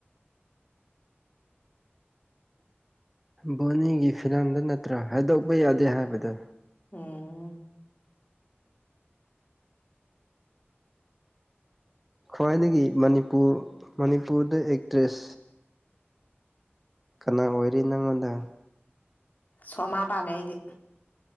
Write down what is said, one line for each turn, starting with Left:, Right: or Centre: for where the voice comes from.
Centre: ꯕꯣꯅꯤꯒꯤ ꯐꯤꯂꯝꯗ ꯅꯠꯇ꯭ꯔꯣ ꯍꯥꯏꯗꯣꯛꯄ ꯌꯥꯗꯦ ꯍꯥꯏꯕꯗ
Left: ꯎꯝ
Centre: ꯈ꯭ꯋꯥꯏꯗꯒꯤ ꯃꯅꯤꯄꯨꯔ ꯃꯅꯤꯄꯨꯔꯗ ꯑꯦꯛꯇ꯭ꯔꯦꯁ ꯀꯅꯥ ꯑꯣꯏꯔꯤ ꯅꯪꯉꯣꯟꯗ
Left: ꯁꯣꯃꯥ ꯄꯥꯝꯃꯦ ꯑꯩꯗꯤ